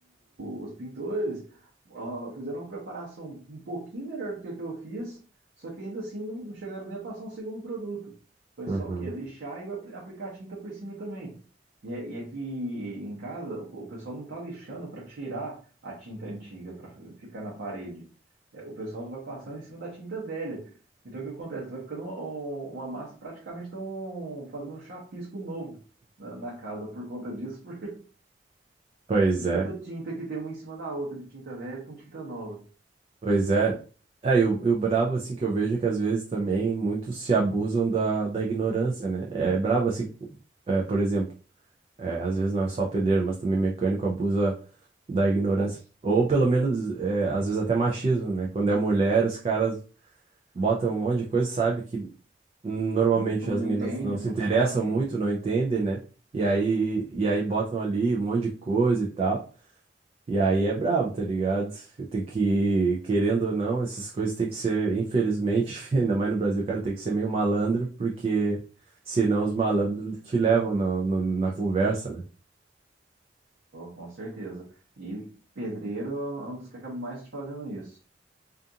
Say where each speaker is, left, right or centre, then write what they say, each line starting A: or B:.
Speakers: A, on the right; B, on the right.
A: o- os pintores ó, fizeram uma preparação um pouquinho melhor do que a que eu fiz, só que ainda assim não não chegaram nem a passar um segundo produto. Foi
B: uhum.
A: só o quê? Lixar e apl- aplicar tinta por cima também. E, é- e aqui em casa, o, o pessoal não está lixando para tirar a tinta antiga, para ficar na parede. É, o pessoal vai passando em cima da tinta velha. Então o que acontece? Vai ficando uma, um, uma massa, praticamente estão fazendo um chapisco novo na, na casa por conta disso, <laughs>
B: Pois
A: De
B: é.
A: tanta tinta que tem uma em cima da outra, de tinta velha com tinta nova.
B: Pois é. É, e o, e o brabo, assim, que eu vejo é que às vezes também muitos se abusam da, da ignorância, né? É brabo, assim, é, por exemplo, é, às vezes não é só pedreiro, mas também mecânico abusa da ignorância.
A: Bom,
B: Ou pelo menos, é, às vezes até machismo, né? Quando é mulher, os caras botam um monte de coisa, sabe que normalmente
A: não, tu não
B: as minas
A: entende,
B: não se
A: não
B: interessam
A: sabe,
B: muito, não entendem, né? E aí, e aí botam ali um monte de coisa e tal. E aí é brabo, tá ligado? Tem que, querendo ou não, essas coisas tem que ser, infelizmente, <laughs> ainda mais no Brasil, cara, tem que ser meio malandro, porque senão os malandros te levam no- no- na conversa, né?
A: Pô, com certeza. E pedreiro é um dos que acaba mais te fazendo isso.